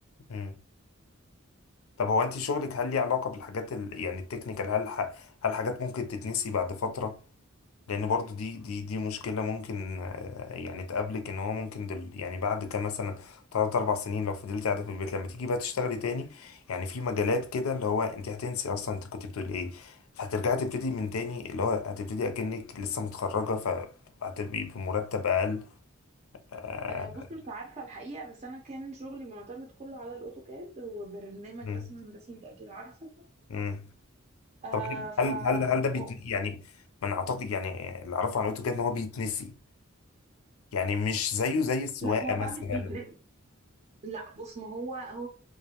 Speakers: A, on the left; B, on the right.
A: مم. طب هو انت شغلك هل ليه علاقة بالحاجات ال... يعني التكنيكال هل ح... هل حاجات ممكن تتنسي بعد فترة لان برضو دي دي دي مشكلة ممكن آه، يعني تقابلك ان هو ممكن دل... يعني بعد كام مثلا تلات اربع سنين لو فضلت قاعدة في البيت لما تيجي بقى تشتغلي تاني يعني في مجالات كده اللي هو انت هتنسي اصلا انت كنت بتقولي ايه فهترجعي تبتدي من تاني اللي هو هتبتدي اكنك لسه متخرجة فهتبقي بمرتب اقل آه،
B: آه، بص مش عارفه الحقيقه بس انا كان شغلي معتمد كله على الاوتوكاد هو برنامج
A: مم.
B: رسم هندسي انت اكيد عارفه
A: مم.
B: آه
A: طب
B: ف
A: هل هل هل ده بيت
B: هو-
A: يعني من اعتقد يعني اللي اعرفه عن الاوتوكاد ان هو بيتنسي يعني مش زيه زي السواقه
B: لا ما هو
A: مثلا
B: بقى مش بيتنقل لا بص ما هو هو